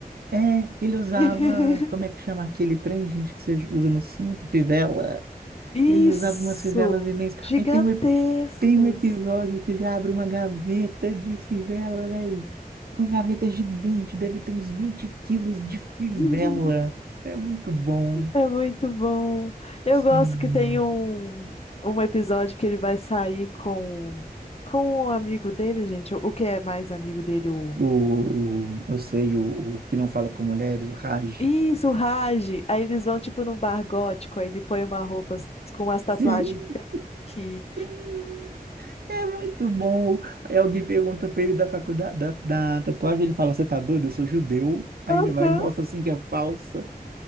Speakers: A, on the right; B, on the left.
A: é, ele usava,
B: <laughs>
A: como é que chama aquele trem, gente, que você usa no cinto, fivela.
B: Isso!
A: Ele usava umas fivelas imensas.
B: Gigantescas!
A: Aí tem um, ep- tem um episódio que ele abre uma gaveta de fivela, velho. Uma gaveta gigante, deve ter uns 20 quilos de fivela.
B: <laughs>
A: É muito bom.
B: É muito bom. Eu
A: Sim.
B: gosto que tem um, um episódio que ele vai sair com com o amigo dele, gente. O que é mais amigo dele? O...
A: O, o- eu sei, o, o que não fala com mulheres, o Raj.
B: Isso, o Raj. Aí eles vão, tipo, num bar gótico. Aí ele põe uma roupa s- com umas tatuagens
A: Sim,
B: fake.
A: sim. É muito bom. Aí alguém pergunta pra ele da faculdade, da, da tatuagem, ele fala, você tá doido? Eu sou judeu. Aí
B: Aham,
A: ele vai e mostra assim que é falsa.